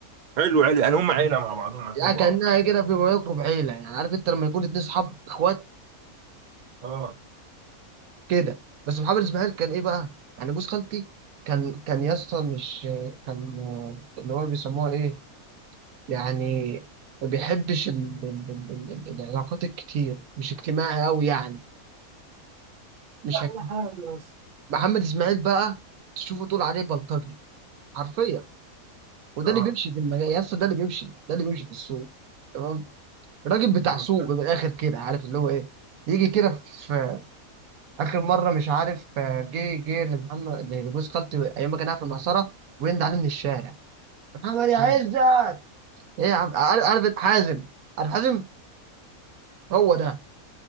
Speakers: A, on the right; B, on the right.
A: حلو حلو يعني هم عيله مع بعضهم عارفين
B: يعني
A: بعض
B: كانها كده بما يقرب عيله يعني عارف انت لما يكون اتنين اصحاب اخوات
A: اه
B: كده بس محمد اسماعيل كان ايه بقى؟ يعني جوز خالتي كان كان يا اسطى مش كان آه، اللي هو بيسموها ايه؟ يعني ما بيحبش ال- ال- ال- ال- العلاقات الكتير مش اجتماعي قوي يعني مش هك...
A: كل حاجة يا اسطى.
B: محمد اسماعيل بقى تشوفه تقول عليه بلطجي حرفيا وده
A: اه
B: اللي بيمشي في المجال يا اسطى ده اللي بيمشي ده اللي بيمشي في السوق تمام راجل بتاع
A: بالظبط.
B: سوق من الاخر كده عارف اللي هو ايه يجي كده في اخر مره مش عارف آه، جه جه لمحمد لجوز خالتي ايام ما كان قاعد في المعصره ويند عليه من الشارع محمد يا
A: مم.
B: عزت ايه يا عم عارف عارف حازم عارف حازم هو ده